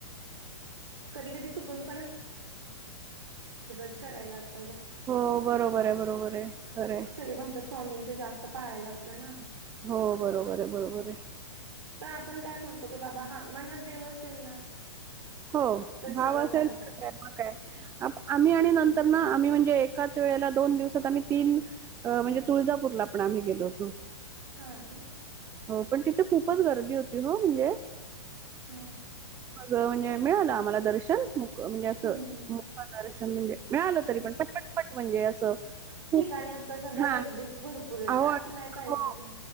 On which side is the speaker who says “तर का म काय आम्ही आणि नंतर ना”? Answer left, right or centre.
Right